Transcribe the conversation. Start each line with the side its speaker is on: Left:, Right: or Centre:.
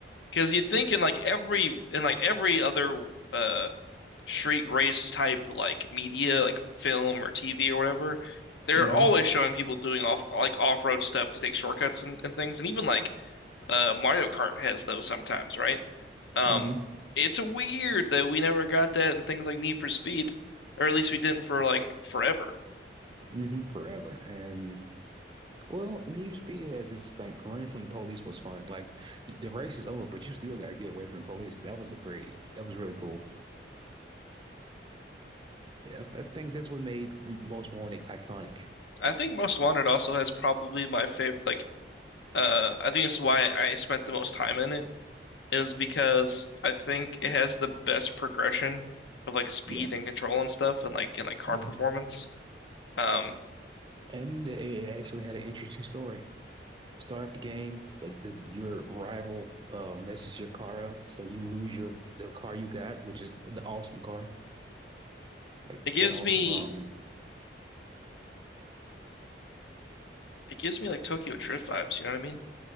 Left: because you'd think in like every in like every other uh street race type like media, like film or TV or whatever, they're
Right: hmm
Left: always showing people doing off like off-road stuff to take shortcuts and, and things, and even like Uh, Mario Kart has those sometimes, right? Um,
Right: hmm
Left: it's weird that we never got that in things like Need for Speed, or at least we didn't for like forever.
Right: hmm Forever. And Well, Need for Speed has this like running from the police was fun. Like the race is over, but you still got to get away from the police. That was a great. That was really cool. Yeah, I think that's what made Most Wanted iconic.
Left: I think Most Wanted also has probably my favorite. Like, uh, I think this is why I spent the most time in it is because I think it has the best progression of like speed
Right: Yeah,
Left: and control and stuff, and like and like car
Right: hmm
Left: performance. Um,
Right: And it actually had an interesting story. Start up the game, like the your rival uh, messes your car up, so you lose your the car you got, which is the awesome car, like
Left: it gives
Right: that awesome.
Left: me
Right: Um,
Left: it gives me like Tokyo Drift vibes. You know what I mean?